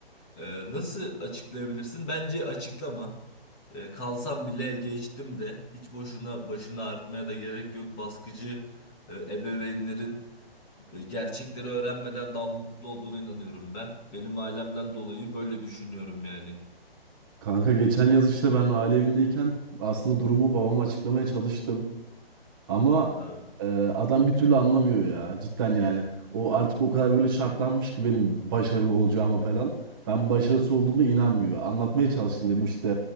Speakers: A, on the left (about 15°); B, on the right (about 20°).
A: Ee, nasıl açıklayabilirsin? Bence açıklama. Ee, kalsam bile geçtim de hiç boşuna başını ağrıtmaya da gerek yok. Baskıcı e, ebeveynlerin e, gerçekleri öğrenmeden daha mutlu olduğuna inanıyorum ben. Benim ailemden dolayı böyle düşünüyorum yani.
B: Kanka geçen yaz işte ben aile evindeyken aslında durumu babama açıklamaya çalıştım. Ama
A: Ha,
B: e, adam bir türlü anlamıyor ya cidden yani. O artık o kadar böyle şartlanmış ki benim başarılı olacağıma falan. Ben başarısız olduğuma inanmıyor. Anlatmaya çalıştım dedim işte